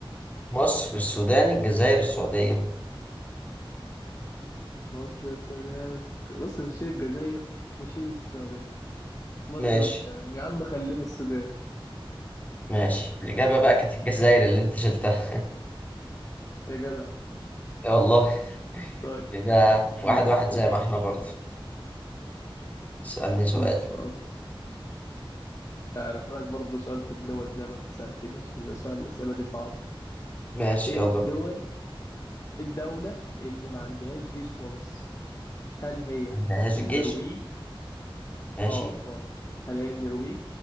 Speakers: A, on the left; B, on the left.
A: مصر السودان الجزائر السعودية
B: مصر السودان الس- بص نشيل الجزائر وشيل السعودية مصر
A: ماشي
B: والسودان يا عم خليها السودان
A: ماشي الإجابة بقى كانت الجزائر اللي أنت شلتها
B: يا جدع
A: يا والله
B: طيب
A: كده واحد
B: ماشي
A: واحد
B: ماشي
A: زي ما احنا برضه اسألني سؤال
B: خلصان مش عارف لك برضه سؤال في الدول زي ما انت سألتني عشان ده سؤال الأسئلة دي صعبة
A: ماشي
B: ايه
A: يلا
B: الدول
A: بينا
B: إيه الدولة اللي ما عندهاش جيش خالص هل هي
A: عندهاش
B: النرويج
A: جيش ماشي
B: اه خالص هل هي النرويج